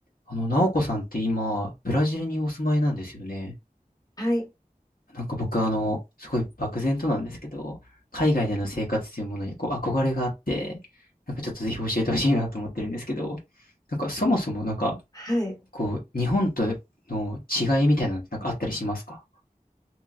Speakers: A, on the left; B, on the left.
A: あの、ナオコさんって今、ブラジルにお住まいなんですよね。
B: はい、
A: なんか僕、あの、すごい漠然となんですけど、海外での生活というものにこう憧れがあって、なんかちょっとぜひ教えてほしいなと思ってるんですけど、なんかそもそもなんか、
B: はい。
A: こう、日本との違いみたいなのってなんかあったりしますか